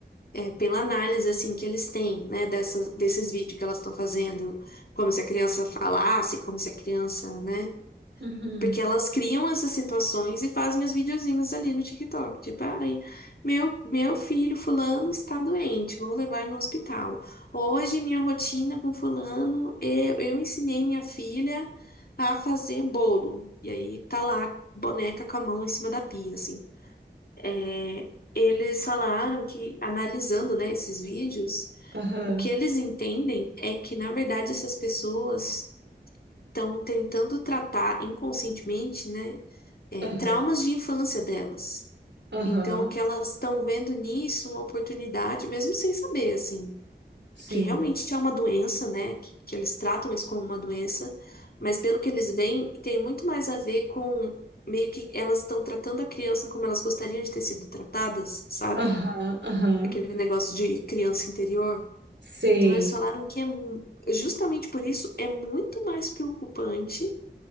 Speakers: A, on the left; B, on the right.
A: é pela análise assim que eles têm, né, dessas, desses vídeos que elas estão fazendo, como se a criança falasse, como se a criança, né?
B: Uhum.
A: Porque elas criam essas situações e fazem os videozinhos ali no TikTok. Tipo, ai, meu, meu filho fulano está doente, vou levar no hospital. Hoje, minha rotina com fulano, eu, eu ensinei minha filha a fazer bolo. E aí tá lá, boneca com a mão em cima da pia, assim. É, Eles falaram que, analisando, né, esses vídeos,
B: Aham,
A: o que eles entendem é que, na verdade, essas pessoas estão tentando tratar inconscientemente, né, é,
B: aham,
A: traumas de infância delas.
B: aham,
A: Então, o que elas estão vendo nisso, é uma oportunidade, mesmo sem saber, assim,
B: sim.
A: que realmente é uma doença, né, que, que eles tratam isso como uma doença, mas pelo que eles veem, tem muito mais a ver com meio que elas estão tratando a criança como elas gostariam de ter sido tratadas, sabe?
B: Aham, aham,
A: Aquele negócio de criança interior.
B: sei.
A: Então, eles falaram que é mu- justamente por isso é muito mais preocupante